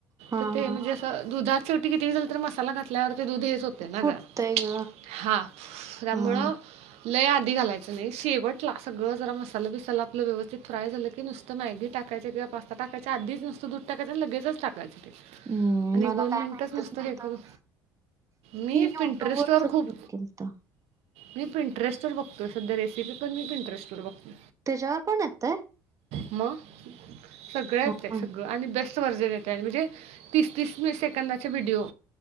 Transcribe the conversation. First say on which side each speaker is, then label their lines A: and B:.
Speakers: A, on the right; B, on the right.
A: हा
B: तर ते
A: हा
B: म्हणजे असं दुधाच ते किती झाल तर मसाला घातल्यावर ते दुध हे थोते ना
A: फुटतय
B: जात
A: ग
B: हां त्यामुळं
A: हा.
B: लय आधी घालायचं नाही शेवटला सगळं जरा मसाला बिसाला आपलं व्यवस्थित फ्राय झालं की नुस त मॅगी टाकायचं किंवा पास्ता टाकायच्या आधीच नुस्त दूध टाकायच लगेचच टाकायचे ते.
A: हम्म
B: आणि
A: मला
B: एक दोन
A: काय
B: मिनिटच
A: माहितच
B: नुसतं
A: नव्हतं
B: हे करून मी
A: युट्यूब
B: पींटरेस्टवर
A: वरच बघत
B: खूप
A: केलत.
B: मी पींटरेस्टवर बघतोय सध्या रेसिपी पण मी पींटरेस्ट वर बघतो.
A: त्याच्यावर पणं येतंय?
B: म सगळं येतंय
A: हा हा
B: सगळं आणि बेस्ट त वर्जण येतंय म्हणजे तीस तीस मी सेकंदाचे व्हडिओ